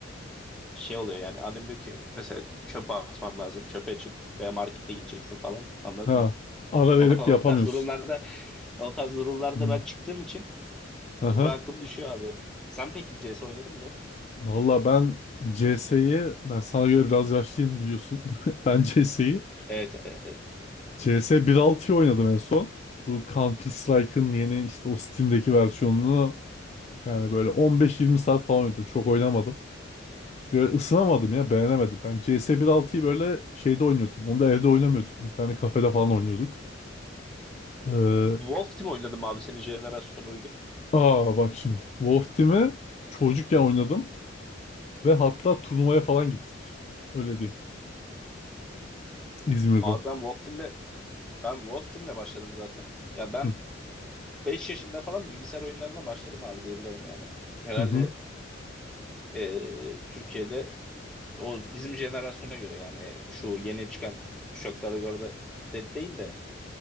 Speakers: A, in the centre; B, on the left.
A: Şey oluyor yani annem diyor ki mesela çöpe atman lazım çöpe çık veya markete gideceksin falan anladın
B: Ha.
A: mı?
B: Ara verip
A: <laughs> O
B: yapamıyorsun.
A: tarz durumlarda O tarz durumlarda
B: Hı.
A: ben çıktığım için
B: Aha.
A: rankım düşüyor abi. Sen peki CS oynadın mı?
B: Valla ben CS'yi ben sana göre biraz yaşlıyım biliyorsun. <laughs> Ben CS'yi
A: Evet, e, evet.
B: CS 1.6'yı oynadım en son. Bu Counter Strike'ın yeni işte o Steam'deki versiyonunu yani böyle 15-20 saat falan oynadım. Çok oynamadım. Böyle ısınamadım ya beğenemedim. Ben CS 1.6'yı böyle şeyde oynuyordum. Onu da evde oynamıyorduk. İnternet kafede falan oynuyorduk. Ee,
A: Wolf Team oynadım abi senin jenerasyona uygun.
B: aa bak şimdi. Wolf Team'i çocukken oynadım. Ve hatta turnuvaya falan gittik. Öyle diyeyim. İzmir'de.
A: Abi ben Wolf Team'le ben Wolf Team'le başladım zaten. Ya ben
B: Hı
A: 5 yaşında falan bilgisayar oyunlarına başladım abi diyebilirim yani. Herhalde
B: hı
A: e, Türkiye'de o bizim jenerasyona göre yani şu yeni çıkan kuşaklara göre de, de değil de